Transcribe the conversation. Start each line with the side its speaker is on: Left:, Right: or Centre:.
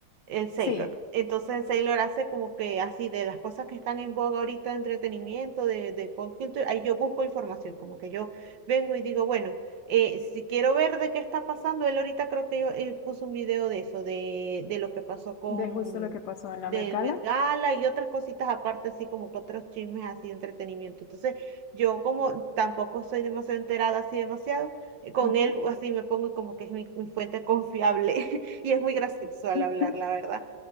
Right: el Sailor.
Left: Sí,
Right: Entonces Sailor hace como que así de las cosas que están en boga ahorita de entretenimiento, de, de pop culture, ahí yo busco información, como que yo vengo y digo, bueno, eh, si quiero ver de qué está pasando, él ahorita creo que yo, eh, puso un video de eso, de, de lo que pasó con
Left: de justo lo que pasó en la
Right: del
Left: Met Gala.
Right: Met Gala y otras cositas aparte, así como que otros chismes así de entretenimiento. Entonces, yo como tampoco soy demasiado enterada así demasiado, eh, con
Left: Ajá.
Right: él así me pongo y como que es mi, mi fuente confiable <laughs> y es muy gracioso al
Left: <laughs>
Right: hablar, la verdad.